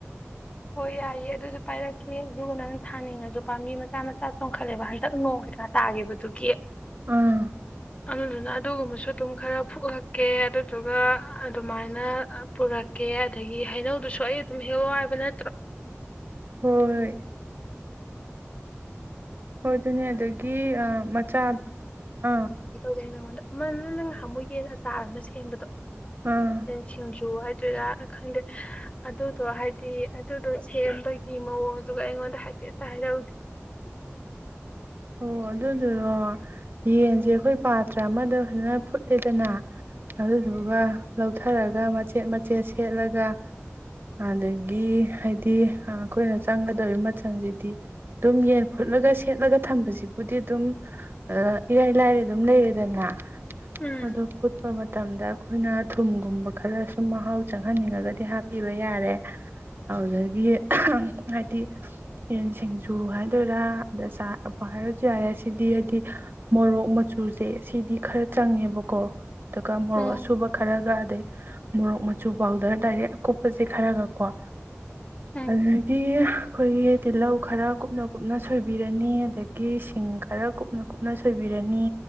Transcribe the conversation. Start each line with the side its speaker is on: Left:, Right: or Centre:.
Left: ꯍꯣꯏ ꯌꯥꯏꯑꯌꯦ ꯑꯗꯨꯁꯨ ꯄꯥꯏꯔꯛꯀꯦ ꯑꯗꯨꯒ ꯅꯪ ꯊꯥꯅꯤꯡꯉꯁꯨ ꯄꯥꯝꯕꯤ ꯃꯆꯥ ꯃꯆꯥ ꯆꯣꯡꯈꯠꯂꯦꯕ ꯍꯟꯗꯛ ꯅꯣꯡ ꯀꯩꯀꯥ ꯇꯥꯒꯤꯕꯗꯨꯒꯤ
Right: ꯑꯥ
Left: ꯑꯗꯨꯗꯨꯅ ꯑꯗꯨꯒꯨꯝꯕꯁꯨ ꯑꯗꯨꯝ ꯈꯔ ꯐꯨꯂꯛꯀꯦ ꯑꯗꯨꯗꯨꯒ ꯑꯗꯨꯃꯥꯏꯅ ꯄꯨꯔꯛꯀꯦ ꯑꯗꯨꯗꯒꯤ ꯍꯩꯅꯧꯗꯨꯁꯨ ꯑꯩ ꯑꯗꯨꯝ ꯍꯦꯛꯂꯑꯣ ꯍꯥꯏꯕ ꯅ
Right: ꯍꯣꯏ ꯍꯣꯏ ꯑꯗꯨꯅꯦ ꯑꯗ ꯀꯤ ꯑ ꯃꯆꯥ ꯑꯥ
Left: ꯅꯉꯣꯟꯗ ꯑꯃꯅ ꯅꯪ ꯍꯥꯃꯨꯒꯤꯦꯅ ꯑꯆꯥꯔ ꯑꯃ ꯁꯦꯝꯕꯗꯣ
Right: ꯑꯥ
Left: ꯁꯤꯡꯖꯣ ꯑꯗꯨꯔꯥ ꯈꯪꯗꯦ ꯑꯗꯨꯗꯣ ꯍꯥꯏꯗꯤ ꯑꯗꯨꯗꯣ ꯁꯦꯝꯕꯒꯤ ꯃꯑꯣꯡꯗꯨꯒ ꯑꯩꯉꯣꯟꯗ ꯍꯥꯏꯐꯦꯠꯇ ꯍꯥꯏꯔꯎꯗꯦ
Right: ꯑꯣ ꯑꯗꯨꯗꯨꯔꯣ ꯌꯦꯟꯁꯦ ꯑꯩꯈꯣꯏ ꯄꯥꯇ꯭ꯔ ꯑꯃꯗ ꯐꯖꯅ ꯐꯨꯠꯂꯦꯗꯅ ꯑꯗꯨꯗꯨꯒ ꯂꯧꯊꯔꯒ ꯃꯆꯦꯠ ꯃꯆꯦꯠꯁꯦ ꯈꯦꯠꯂꯒ ꯑꯗꯒꯤ ꯍꯥꯏꯗꯤ ꯑꯩꯈꯣꯏꯅ ꯆꯪꯒꯗꯧꯔꯤꯕ ꯃꯆꯜꯁꯤꯗꯤ ꯑꯗꯨꯝ ꯌꯦꯟ ꯐꯨꯠꯂꯒ ꯁꯦꯠꯂꯒ ꯊꯝꯕꯁꯤꯕꯨꯗꯤ ꯑꯗꯨꯝ ꯏꯔꯥꯏ ꯂꯥꯏꯔ ꯑꯗꯨꯝ ꯂꯩꯔꯦꯗꯅ
Left: ꯎꯝ
Right: ꯑꯗꯣ ꯐꯨꯠꯄ ꯃ ꯃꯇꯝꯗ ꯑꯩꯈꯣꯏꯅ ꯊꯨꯝꯒꯨꯝꯕ ꯈꯔ ꯁꯨꯝ ꯃꯍꯥꯎ ꯆꯪꯍꯟꯅꯤꯡꯉꯒꯗꯤ ꯍꯥꯞꯄꯤꯕ ꯌꯥꯔꯦ ꯍꯥꯎꯗꯒ ꯍꯥꯏꯗꯤ ꯌꯦꯟ ꯁꯤꯡꯖꯨ ꯍꯥꯏꯗꯣꯏꯔꯥ ꯑꯗꯥ ꯍꯥꯏꯔꯁꯨ ꯌꯥꯔꯦ ꯁꯤꯗꯤ ꯍꯥꯏꯗꯤ ꯃꯣꯔꯣꯛ ꯃꯆꯨꯁꯦ ꯁꯤꯗꯤ ꯈꯔ ꯆꯪꯉꯦꯕꯀꯣ ꯑꯗꯨꯒ ꯃꯣꯔꯣꯛ
Left: ꯎꯝ
Right: ꯑ ꯁꯨꯕ ꯈꯔꯒꯗꯦ ꯃꯣꯔꯣꯛ ꯃꯆꯨ ꯄꯥꯎꯗꯔ ꯗꯥꯏꯔꯦꯛ ꯑꯀꯨꯞꯄꯁꯦ ꯈꯔꯒ ꯀꯣ
Left: ꯎꯝ
Right: ꯑꯗꯨꯗꯒꯤ ꯑꯩꯈꯣꯏꯒꯤ ꯇꯤꯜꯍꯧ ꯈꯔ ꯀꯨꯞꯅ ꯀꯨꯞꯅ ꯁꯣꯏꯕꯤꯔꯅꯤ ꯑꯗꯒꯤ ꯒꯤ ꯁꯤꯡ ꯈꯔ ꯀꯨꯞꯅ ꯀꯨꯞꯅ ꯁꯣꯏꯕꯤꯔꯅꯤ